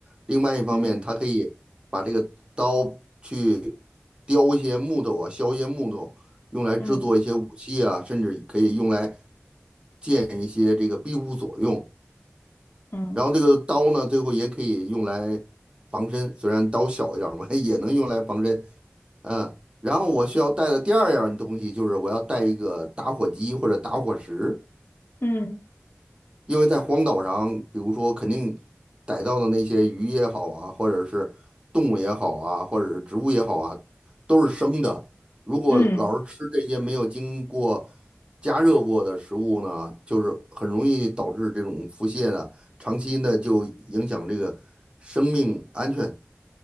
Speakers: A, on the right; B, on the left.
A: 另外一方面，
B: 嗯
A: 它可以把这个刀去雕一些木头啊，削一些木头，用来制作一些武器啊，
B: 嗯
A: 甚至可以用来建一些这个庇护所用。
B: 嗯
A: 然后这个刀呢，最后也可以用来防身，虽然刀小一点儿嘛，<laughs> 也能用来防身。嗯，然后我需要带的第二样东西就是我要带一个打火机或者打火石。
B: 嗯
A: 因为在荒岛上，比如说肯定逮到的那些鱼也好啊，或者是动物也好啊，或者是植物也好啊，都是生的。如果老是吃这些没有经过
B: 嗯
A: 加热过的食物呢，就是很容易导致这种腹泻的，长期呢就影响这个生命安全。